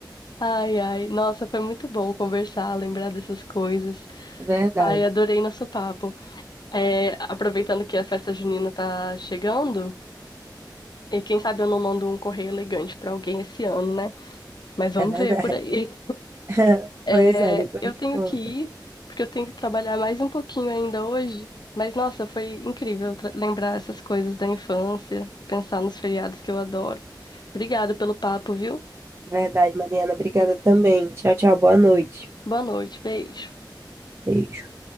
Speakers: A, on the left; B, on the right.
A: Ai, ai. Nossa, foi muito bom conversar, lembrar dessas coisas.
B: É verdade,
A: Ai, adorei nosso papo. É, aproveitando que a festa junina tá chegando. E quem sabe eu não mando um correio elegante pra alguém esse ano, né? Mas vamos
B: é verdade.
A: ver por aí.
B: <laughs>
A: É,
B: Pois é, depois
A: eu
B: me
A: tenho
B: conta.
A: que ir, porque eu tenho que trabalhar mais um pouquinho ainda hoje. Mas nossa, foi incrível tra- lembrar essas coisas da infância, pensar nos feriados que eu adoro. Obrigada pelo papo, viu?
B: Verdade, Mariana. Obrigada também. Tchau, tchau. Boa noite.
A: Boa noite, beijo.
B: Beijo.